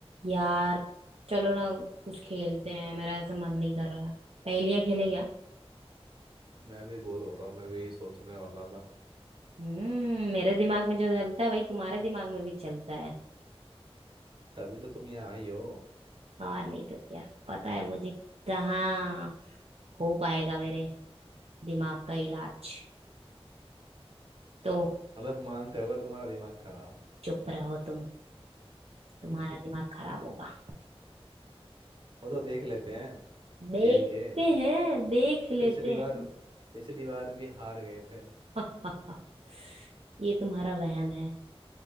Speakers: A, on the right (about 70°); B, on the right (about 50°).
A: यार चलो ना कुछ खेलते हैं मेरा ऐसे मन नहीं कर रहा है पहेलियां खेले क्या
B: मैं भी बोर हो रहा हूँ मैं भी यही सोचने वाला था
A: हम्म मेरे दिमाग में जो चलता है भाई तुम्हारे दिमाग में भी चलता है
B: तभी तो तुम यहाँ आई हो
A: और नहीं तो क्या पता है मुझे कहाँ हो पाएगा मेरे दिमाग का इलाज तो
B: मतलब मानते होगा तुम्हारा दिमाग खराब है
A: चुप रहो तुम तुम्हारा
B: <laughs>
A: दिमाग खराब होगा
B: वो तो देख लेते हैं
A: देखते
B: खेल के
A: हैं देख लेते
B: पिछली
A: हैं
B: बार पिछली बार भी हार गए थे
A: <laughs> ये तुम्हारा वहम है